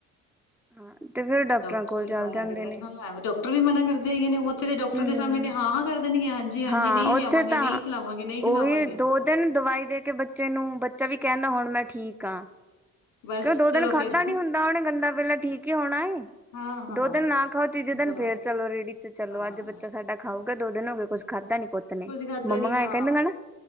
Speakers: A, in the centre; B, on the left (about 85°).
A: ਹਾਂ ਤੇ ਫੇਰ ਡਾਕਟਰਾਂ
B: ਡਾਕਟਰ
A: ਕੋਲ
B: ਵੀ
A: ਚੱਲ
B: ਮਨਾ
A: ਜਾਂਦੇ
B: ਕਰਦੇ ਨੇ ਹਾਂ ਡਾਕਟਰ ਵੀ ਮਨਾ ਕਰਦੇ ਹੈਗੇ ਨੇ ਉੱਥੇ ਤੇ ਡਾਕਟਰ
A: ਹੂੰ
B: ਦੇ ਸਾਹਮਣੇ
A: ਹੂੰ
B: ਤੇ ਹਾਂ ਹਾਂ ਕਰਦੇ ਨੇਗੇ ਹਾਂਜੀ ਜੀ ਹਾਂਜੀ
A: ਹਾਂ
B: ਨਹੀਂ ਲਿਆਵਾਂਗੇ
A: ਉੱਥੇ ਤਾਂ
B: ਨਹੀਂ ਖਿਲਾਵਾਂਗੇ ਨਹੀਂ ਖਿਲਾਵਾਂਗੇ
A: ਉਹੀ ਦੋ ਦਵਾਈ ਦੇ ਕੇ ਬੱਚੇ ਨੂੰ ਬੱਚਾ ਵੀ ਕਹਿੰਦਾ ਹੁਣ ਮੈਂ ਠੀਕ ਆ
B: ਬਸ
A: ਕਿਉ ਉਹ ਦੋ
B: ਚਲੋ
A: ਦਿਨ ਖਾਧਾ
B: ਫਿਰ
A: ਨੀ ਹੁੰਦਾ ਉਹਨੇ ਗੰਦਾ ਪੇਲਾ ਠੀਕ ਹੀ ਹੋਣਾ ਏ
B: ਹਾਂ ਹਾਂ
A: ਦੋ ਦਿਨ ਨਾ ਖਾਓ ਤੀਜੇ ਦਿਨ
B: ਦਵਾ
A: ਫੇਰ ਚਲੋ ਰੇਹੜੀ ਤੇ ਚਲੋ
B: ਹਾਂ
A: ਅੱਜ ਬੱਚਾ ਸਾਡਾ ਖਾਊਗਾ ਦੋ ਦਿਨ ਹੋ ਗਏ ਕੁੱਝ ਖਾਧਾ ਨੀ ਪੁੱਤ ਨੇ
B: ਕੁੱਝ ਖਾਧਾ
A: ਮੰਮਿਆ
B: ਨੀ ਹਾਂ
A: ਐਏ ਕਹਿੰਦੀ ਆ ਨਾ